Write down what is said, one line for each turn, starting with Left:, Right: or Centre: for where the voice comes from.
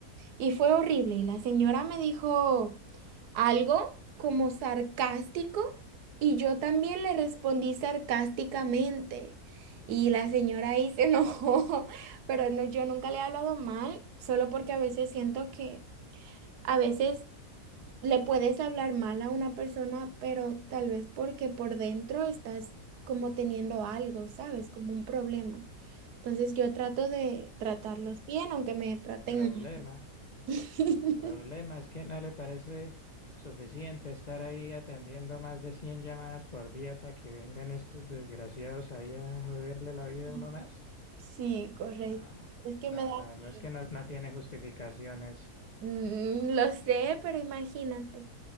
Right: Y fue horrible. Y la señora me dijo algo como sarcástico y yo también le respondí sarcásticamente. Y la señora ahí se enojó, <laughs> pero no, yo nunca le he hablado mal, solo porque a veces siento que a veces le puedes hablar mal a una persona, pero tal vez porque por dentro estás como teniendo algo, ¿sabes? Como un problema. Entonces yo trato de tratarlos
Left: mm,
Right: bien, aunque me traten
Left: Problema,
Right: mal.
Left: problema es que no le parece suficiente estar ahí atendiendo más de 100 llamadas por día para que vengan estos desgraciados ahí a joderle la vida
Right: <laughs>
Left: a uno más.
Right: Sí, correcto.
Left: No,
Right: Es que
Left: no,
Right: me da...
Left: la verdad
Right: pi-
Left: es que no, no tiene justificaciones.
Right: Mm, lo sé, pero imagínate.